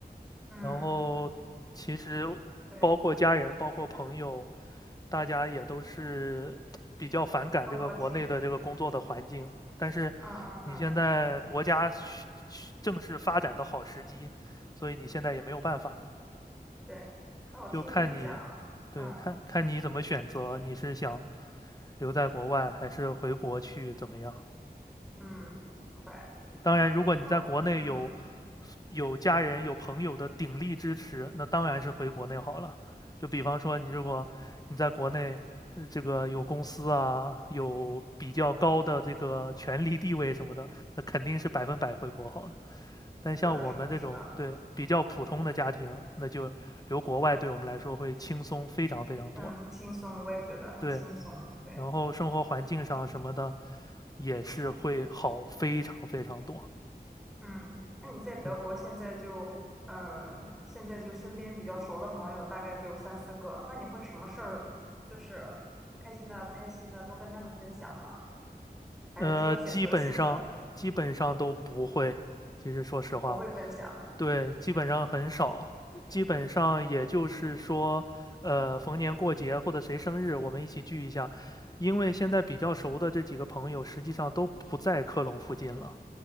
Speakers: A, in the centre; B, on the left.
A: 嗯，
B: 然后其实
A: 对，
B: 包括家人，包括朋友，大家也都是比较反感这个国内的这个工作的环境。
A: 生活挺，
B: 但是你现在国家需需正是发展的好时机，
A: 嗯嗯嗯，
B: 所以你现在也没有办法，
A: 对。那我听你讲，
B: 就看你，对，
A: 嗯
B: 看看你怎么选择，你是想留在国外还是回国去怎么样？
A: 嗯，明白。
B: 当然，
A: 对，
B: 如果你在国内有
A: 那我，嗯，
B: 有家人、有朋友的鼎力支持，那当然是回国内好了。就比方说，你如果你在国内，呃这个有公司啊，有比较高的这个权力地位什么的，那肯定是百分百回国好的。但像我们这种对比较普通的家庭，
A: 是的，是的，是的，
B: 那就留国外对我们来说会轻松非常非常多。
A: 嗯，轻松，我也觉得很轻松。
B: 对，
A: 对，
B: 然后生活环境上什么的，也是会好非常非常多，
A: 嗯，那你在德国现在就，
B: 真
A: 嗯，现在就身边比较熟的朋友大概就三四个，那你会什么事儿，就是开心的、不开心的都跟他们分享吗？还是说选择性的
B: 呃，基本上基本上都不会。其实说实话，
A: 不会分享？
B: 对，基本上很少，基本上也就是说，呃，逢年过节或者谁生日，我们一起聚一下。因为现在比较熟的这几个朋友，实际上都不在科隆附近了。